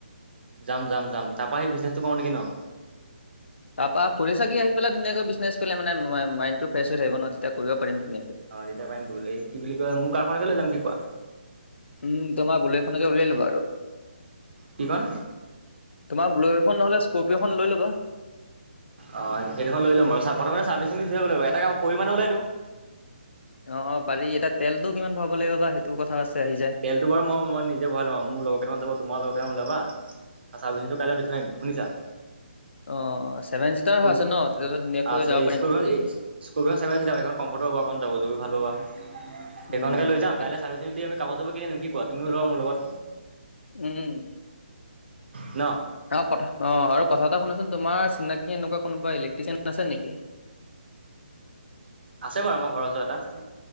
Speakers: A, on the right (about 60°); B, on the left (about 80°).
A: যাম যাম যাম তাৰ পৰাৰা সি বিজনেচটো কওঁ নেকি ন।
B: তাৰ পৰা ফূৰি চাকি আহি পেলাই ধুনীয়াকৈ বিজনেছ কৰিলে মানে মাইণ্ডটো ফ্ৰেছ হৈ থাকিব ন তেতিয়া কৰিব। পাৰিম ধুনীয়াকৈ।
A: অ তেতিয়া পাৰিম বোলে এই কি বুলি কোৱা মোৰ কাৰখনকে লৈ যাম কি কোৱা।
B: উম তোমাৰ বুলেতখনকে উলিয়াই লবা আৰু
A: কিখন
B: তোমাৰ ব্ললেৰো'খন নহ'লে স্কপিঅ'খন লৈ ল'বা।
A: অ সেই দুখন লৈ ল'ম বাৰু চাহাপ মানে চাবিচ দি লাগিব এটা কাম পৰিমাণে ওলাইতো।
B: অ পাৰি এতিয়া তেলটো কিমান ভৰাব লাগিব বা সেইটো কথা আছে। আহি যায়।
A: তেলটো বাৰু মই মই নিজে ভাল লম মোৰ লগৰকেইটামান যাব তোমাৰ লগৰকেইটামান ওলাবা। চাৰবিছিং
B: উম,
A: টো কাইলৈ দি থৈ আহিম শুনিছা।
B: <inaudible> অ ছেভেন চিটাৰ
A: স্কৰপি
B: হৈ আছে ন তেতিয়াহ'লে ধুনীয়াকৈ
A: অ'
B: যাব
A: এই
B: পাৰিম
A: স্কৰপিঅ'খন
B: আৰু গোটেইখিনি।
A: এই স্কৰপিঅ'খন ছেভেন চিটাৰ সেইখন কমফৰ্ট হ'ব অকণ যাব যি ভালো হ আৰু
B: উম,
A: সেইখনকে লৈ যাম
B: সেই-
A: কাইলৈ চাৰ্ভিচিনি দি আমি কাগজ চাপ কিনি আম কি কোৱা তুমি ওলোৱা মোৰ লগত।
B: উম
A: ন
B: অ কথা অ আৰু কথা এটা শুনাচোন তোমাৰ চিনাকি এনেকুৱা কোনোবা ইলেক্ট্ৰিচিয়ান আছে নেকি? <inaudible>
A: আছে বাৰু আমাৰ ঘৰৰ ওচৰত এটা।